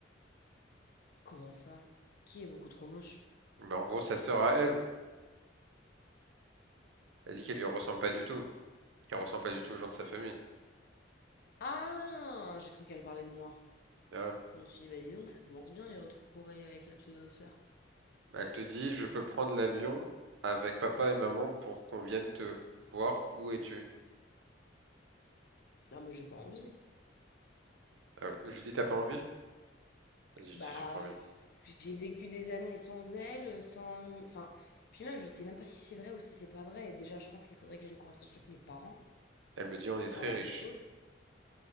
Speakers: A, on the left; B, on the right.
A: Comment ça? Qui est beaucoup trop moche?
B: Ben, en gros, sa sœur à elle, Elle dit qu'elle lui ressemble pas du tout, qu'elle ressemble pas du tout aux gens de sa famille.
A: Ah! J'ai cru qu'elle parlait de moi.
B: Ah.
A: Je me suis dit, bah dis donc, ça commence bien les retrouvailles avec la pseudo-sœur.
B: Elle te dit, je peux prendre l'avion avec papa et maman pour qu'on vienne te voir. Où es-tu?
A: Ah bah j'ai pas envie.
B: Ah ouais. Je lui dis, t'as pas envie? Elle dit,
A: Bah,
B: j'ai pas envie.
A: pff, j'ai vécu des années sans elle, euh, sans... Enfin, puis même, je sais même pas si c'est vrai ou si c'est pas vrai. Et déjà, je pense qu'il faudrait que j'ai une conversation avec mes parents,
B: Elle me dit, on est très
A: avant
B: riche.
A: toute chose.